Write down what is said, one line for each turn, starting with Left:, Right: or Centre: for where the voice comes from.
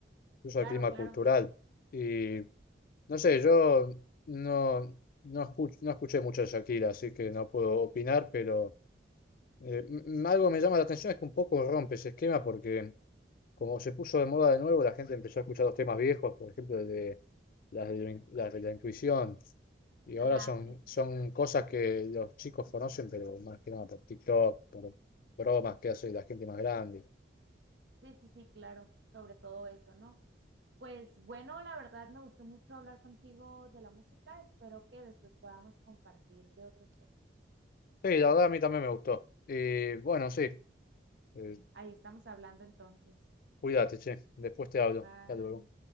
Left: incluso
Right: Claro,
Left: al clima
Right: claro.
Left: cultural. Y no sé, yo no, no, escuch- no escuché mucho de Shakira, así que no puedo opinar, pero eh, m- m- algo me llama la atención es que un poco rompe ese esquema porque como se puso de moda de nuevo, la gente empezó a escuchar los temas viejos, por ejemplo, el de, las de, la, de la intuición. Y ahora
Right: Ajá,
Left: son,
Right: sí, sí,
Left: son
Right: sí.
Left: cosas que los chicos conocen, pero más que nada por TikTok, por bromas que hace la gente más grande.
Right: Sí, sí, sí, claro. Sobre todo eso, ¿no? Pues bueno, la verdad me gustó mucho hablar contigo de la música. Espero que después podamos compartir de otros temas.
Left: Sí, la verdad a mí también me gustó. Y bueno, sí, eh,
Right: Ahí estamos hablando entonces.
Left: cuídate, che. Después te hablo.
Right: Bye.
Left: Hasta luego.